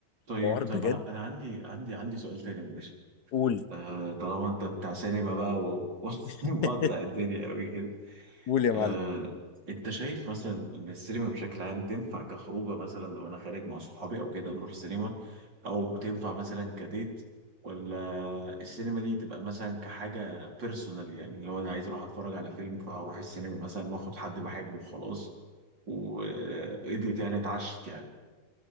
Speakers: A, on the right; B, on the left.
A: طيب
B: حوار بجد
A: طيب انا انا عندي عندي عندي سؤال تاني معلش
B: قول
A: آه طالما انت بتاع سينما بقى و- <laughs> ومقطع
B: <laughs>
A: الدنيا قوي كده
B: قول يا
A: آه،
B: معلم
A: انت شايف مثلا ان السينما بشكل عام تنفع كخروجه مثلا لو انا خارج مع صحابي او كده نروح سينما او تنفع مثلا كديت ولا السينما دي تبقى مثلا كحاجه بيرسونال يعني لو انا عايز اروح اتفرج على فيلم فهروح السينما مثلا واخد حد بحبه وخلاص واديت يعني اتعشت يعني